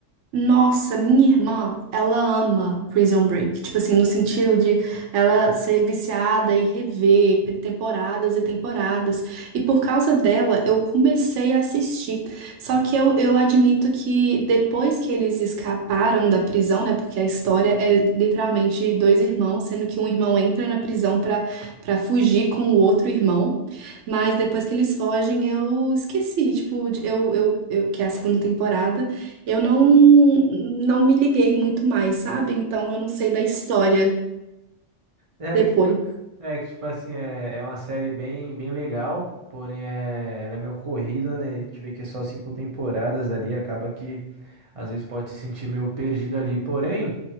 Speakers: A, on the right; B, on the right.
A: Nossa, minha irmã, ela ama Prison Break. Tipo assim, no sentido de ela ser viciada e rever pe- temporadas e temporadas. E por causa dela, eu comecei a assistir. Só que eu, eu admito que depois que eles escaparam da prisão, né? Porque a história é literalmente dois irmãos, sendo que um irmão entra na prisão pra, pra fugir com o outro irmão. Mas depois que eles fogem, eu esqueci. Tipo, de- eu, eu, eu, que é a segunda temporada. Eu não, não me liguei muito mais, sabe? Então eu não sei da história
B: É,
A: depois.
B: que, tipo- é, que tipo assim, é, é uma série bem, bem legal, porém é, ela é meio corrida, né? A gente vê que é só cinco temporadas ali, acaba que às vezes pode se sentir meio perdido ali. Porém.